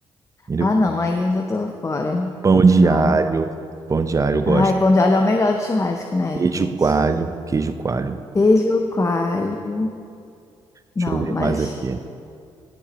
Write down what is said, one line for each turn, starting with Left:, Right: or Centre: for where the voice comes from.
Right: entendeu?
Left: ah, não. Aí eu já tô fora.
Right: Pão de
Left: Não,
Right: alho,
Left: não.
Right: pão de alho eu gosto.
Left: Ai, pão de alho é o melhor de churrasco, né,
Right: Queijo
Left: gente?
Right: coalho, queijo coalho.
Left: Queijo coalho. Não,
Right: Deixa eu ver
Left: mas.
Right: mais aqui.